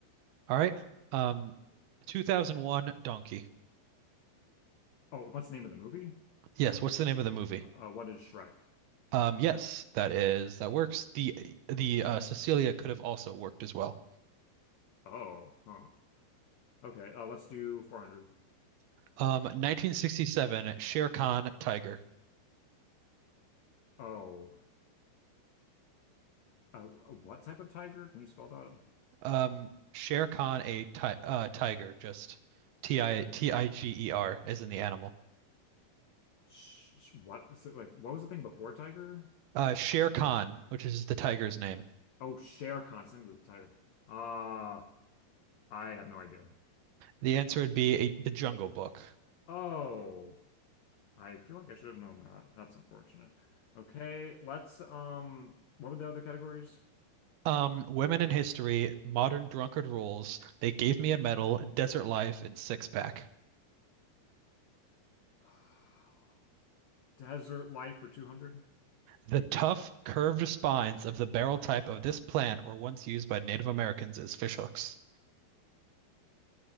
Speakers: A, on the right (about 75°); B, on the left (about 85°).
A: All right. Um, 2001 Donkey.
B: Oh, what's the name of the movie?
A: Yes, what's the name of the movie?
B: Uh, uh, what is Shrek?
A: Um, yes, that is that works. The the uh, Cecilia could have also worked as well.
B: Oh, huh. Okay, uh, let's do 400.
A: Um, 1967, Shere Khan Tiger.
B: Oh, uh, uh, what type of tiger? Can you spell that?
A: Um, Shere Khan a ti uh, tiger, just T I T I G E R as in the animal.
B: Sh sh- what is it like? What was the thing before tiger?
A: Uh, Shere Khan, which is the tiger's name.
B: Oh, Shere Khan, name of the tiger. Uh, I have no idea.
A: The answer would be a, The Jungle Book.
B: Oh, I feel like I should have known that. That's unfortunate. Okay, let's um, what were the other categories?
A: Um, women in history, modern drunkard rules. They gave me a medal, desert life, and six pack.
B: <sighs> Desert life for 200.
A: The tough, curved spines of the barrel type of this plant were once used by Native Americans as fishhooks.